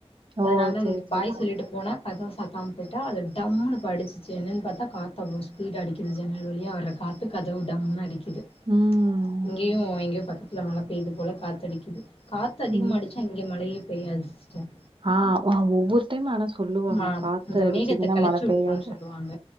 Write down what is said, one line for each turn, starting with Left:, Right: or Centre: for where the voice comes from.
Right: ஓ
Left: அதுனால
Right: சேரி
Left: இங்க
Right: சேரி
Left: பாய்
Right: சேரி
Left: சொல்லிட்டு போனா கதவ சத்தாம் போய்ட்டா அது டம்முனு இப்ப அடிச்சுச்சு என்னன் பாத்தா காத்து அவ்ளோ ஸ்பீடா அடிக்கிது ஜன்னல் வழியா வர காத்து கதவ டம்முனு அடிக்கிது
Right: ம்
Left: இங்கயு எங்யோ பக்கத்துல மழ பேய்து போல காத்தடிக்கிது காத்து அதிகமா
Right: ம்
Left: அடிச் சா இங்க மழையே பெய்யாது சிஸ்டர்
Right: ஆ வாவ் ஒவ்வொரு டைம் ஆனா சொல்லுவாங்க
Left: ஆமா
Right: காத்து
Left: இந்த
Right: அடிச்சுதுன்னா
Left: மேகத்த கெளச்சு
Right: மழ
Left: விட்ருன்னு
Right: பெய்யாது
Left: சொல்லுவாங்க